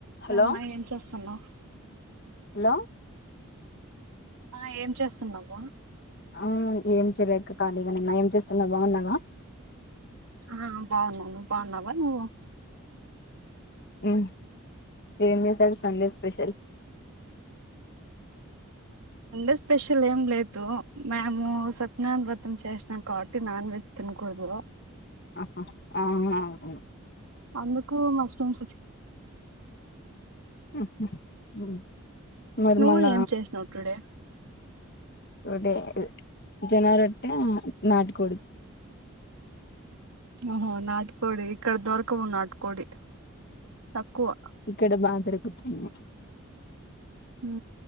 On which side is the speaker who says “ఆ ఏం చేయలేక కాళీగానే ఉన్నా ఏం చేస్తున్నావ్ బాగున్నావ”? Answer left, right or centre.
Left